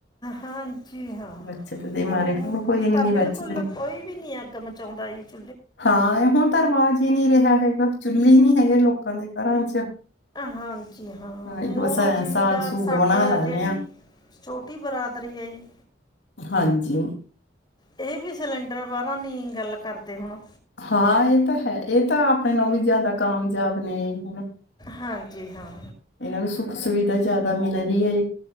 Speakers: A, on the left; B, on the left.
A: ਹਾਂਜੀ ਹਾਂ
B: ਬਚਤਦੇ ਮਾਰੇ
A: ਉਹ
B: ਹੁਣ ਕੋਈ ਇੰਨੀ
A: ਤਾਂ ਬਿਲਕੁਲ
B: ਬਚਤ ਨੀ
A: ਕੋਈ ਵੀ ਨਹੀਂ ਅੱਗਮ ਚੋਦਾਹ ਇੰਚ
B: ਹਾਂ ਇਹ ਹੁਣ ਤਾਂ ਰਿਵਾਜ ਹੀ ਨਹੀਂ ਰਿਹਾ ਹੈਗਾ ਚੁੱਲੇ ਨਹੀਂ ਹੈਗੇ ਲੋਕਾਂ ਦੇ ਘਰਾਂ ਚ
A: ਹਾਂਜੀ ਹਾਂ ਹੁਣ
B: ਇੱਕ ਬਸ ਐ
A: ਜਿਮੀਦਾਰ
B: ਸਾਗ ਸੂਗ
A: ਸਾਡਾ
B: ਬਣਾ ਲੈਂਦੇ
A: ਜਿਹੜੀ
B: ਆ
A: ਛੋਟੀ ਬਰਾਦਰੀ ਹੈ ਜੀ
B: ਹਾਂਜੀ
A: ਇਹ ਵੀ ਸਿਲੰਡਰ ਬਾਹਰਾਂ ਨੀ ਗੱਲ ਕਰਦੇ ਹੁਣ
B: ਹਾਂ ਇਹ ਤਾਂ ਹੈ ਇਹ ਤਾਂ ਆਪਣੇ ਨਾਲ ਵੀ ਜ਼ਿਆਦਾ ਕਾਮਯਾਬ ਨੇ ਹੈ ਨਾ
A: ਹਾਂਜੀ ਹਾਂ
B: ਇਹਨਾਂ ਨੂੰ ਸੁੱਖ ਸੁਵਿਧਾ ਜ਼ਿਆਦਾ ਮਿਲ ਹੈ ਜੀ